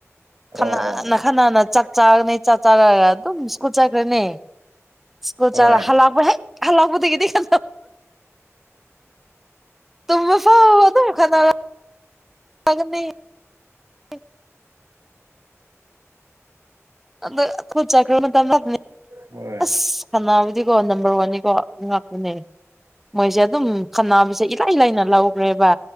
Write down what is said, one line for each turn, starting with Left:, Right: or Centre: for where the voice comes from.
Centre: ꯈꯅ
Right: ꯑꯣ ꯑꯣ
Centre: ꯈꯅꯥꯅ ꯆꯥꯛ ꯆꯥꯅꯤ ꯆꯥꯛ ꯆꯥꯔꯒ ꯑꯗꯨꯝ ꯁ꯭ꯀꯨꯠ ꯆꯠꯈ꯭ꯔꯦꯅꯦ ꯁꯀꯣ
Right: ꯍꯣꯏ
Centre: ꯆ ꯍꯜꯂꯄ ꯍꯜꯂꯄꯗ ꯀꯗꯤ ꯀꯣ ꯇꯃ ꯐꯥꯎꯗ ꯃꯈ ꯈ ꯇꯪꯅꯤ ꯍ <unintelligible> ꯑꯗꯈꯣꯏ ꯆꯈ꯭ꯔ ꯃꯇꯝ ꯂꯥꯛꯅꯦ
Right: ꯍꯣꯏ
Centre: ꯑꯁ ꯁꯅꯥꯕꯨꯗꯤꯀꯣ ꯅꯝꯕꯔ ꯋꯥꯟꯅꯤꯀꯣ ꯉꯥꯛꯇꯨꯅꯦ ꯃꯣꯏꯁꯦ ꯑꯗꯨꯝ ꯈꯟꯅꯕꯁꯦ ꯏꯂꯥꯏ ꯂꯥꯏꯅ ꯂꯧꯈ꯭ꯔꯦꯕ